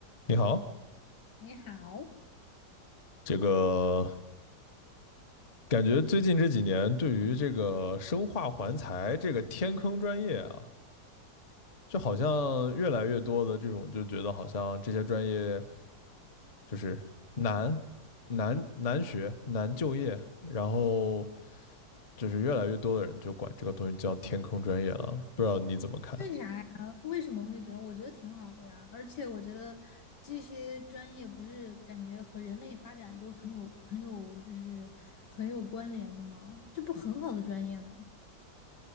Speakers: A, on the left; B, on the left.
A: 你好，
B: 你好，
A: 这个感觉最近这几年对于这个生化环材这个天坑专业啊，就好像越来越多的这种就觉得好像这些专业就是难难难学难就业，然后就是越来越多的人就管这个东西叫天坑专业了，不知道你怎么看？
B: 为啥呀？为什么会觉得？我觉得挺好的呀，而且我觉得这些专业不是感觉和人类发展都很有、很有，就是很有关联的吗？这不很好的专业吗？